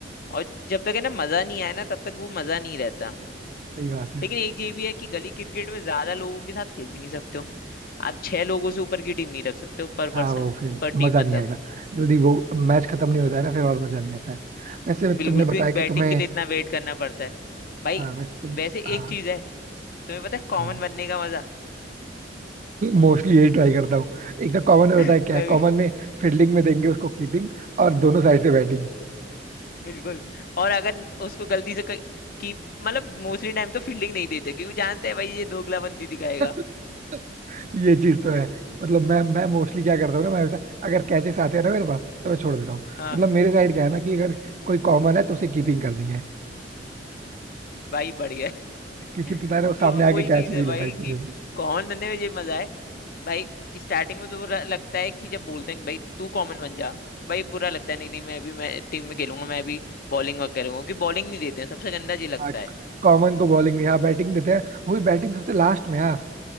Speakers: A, on the left; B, on the right.
A: और जब तक है ना मजा नहीं आया ना तब तक वो मजा नहीं रहता
B: सही बात है
A: लेकिन एक ये भी है कि गली क्रिकेट में ज्यादा लोगों के साथ खेल भी नहीं सकते हो आप छह लोगों से ऊपर की टीम नहीं रख सकते हो पर पर्सन
B: हाँ वो फिर
A: पर टीम
B: मजा
A: मतलब
B: नहीं आएगा जल्दी वो मैच खत्म नहीं होता है ना फिर और मजा नहीं आता है वैसे
A: बिल्कुल
B: तुमने बताया
A: क्योंकि बैटिंग
B: कि तुम्हें
A: के लिए इतना वेट करना पड़ता है भाई
B: हाँ वैसे तुम
A: वैसे
B: हाँ
A: एक चीज है तुम्हें पता है कॉमन
B: हाँ
A: बनने का मजा <laughs>
B: मोस्टली यही ट्राई करता हूँ एक तो कॉमन में
A: मैं
B: बताया क्या है कॉमन
A: भी
B: में फील्डिंग में देंगे उसको कीपिंग और दोनों साइड से बैटिंग
A: बिल्कुल और अगर उसको गलती से कोई- कि मतलब मोस्टली टाइम तो फील्डिंग नहीं देते क्योंकि जानते हैं भाई ये दोगलाबंदी दिखाएगा
B: <laughs> ये चीज तो
A: <laughs>
B: है मतलब मैं मैं मोस्टली क्या करता हूँ ना मैं वैसा अगर कैचेस आते हैं ना मेरे पास तो मैं छोड़ देता हूँ
A: हाँ
B: मतलब मेरे साइड क्या है ना कि अगर कोई कॉमन है तो उसे कीपिंग करनी है
A: भाई बढ़ गया <laughs>
B: क्योंकि पता है वो
A: तो
B: सामने आके
A: वही चीज
B: कैच नहीं
A: है भाई
B: लेगा इस
A: कि
B: वजह से
A: कौन धंधे में ये मजा है भाई स्टार्टिंग में तो बुरा लगता है कि जब बोलते हैं कि भाई तू कॉमन बन जा भाई बुरा लगता है नहीं नहीं मैं भी मैं टीम में खेलूंगा मैं भी बॉलिंग वगैरह करूंगा क्योंकि बॉलिंग नहीं देते हैं सबसे गंदा ये लगता
B: हाँ
A: है
B: कॉमन को बॉलिंग नहीं हाँ बैटिंग देते हैं वो भी बैटिंग सबसे लास्ट में यार